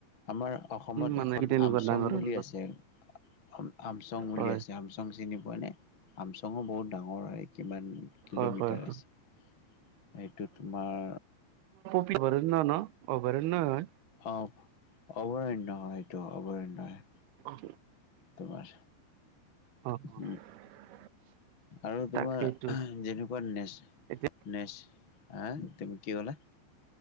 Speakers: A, on the left; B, on the right.
A: আমাৰ অসমত
B: মানে
A: এখন
B: তেনেকুৱা
A: আমচং
B: ডাঙৰ
A: বুলি
B: অৰণ্য
A: আছে। আম আমচং বুলি
B: হয়
A: আছে আমচং চিনি পোৱানে। আমচংও বহুত ডাঙৰ হয় কিমান কিলোমিটাৰ
B: হয় হয় হয়
A: আছে। <unintelligible> এইটো তোমাৰ।
B: অভাৰণ্য ন অভাৰণ্য হয়।
A: অ অভৰণ্য হয়টো অভাৰণ্য হয়।
B: অ।
A: তোমাৰ
B: <unintelligible>
A: উম আৰু তোমাৰ
B: তাকেইতো
A: যেনেকুৱা নেচ।
B: এতিয়া
A: নেচ হা তুমি কি কলা।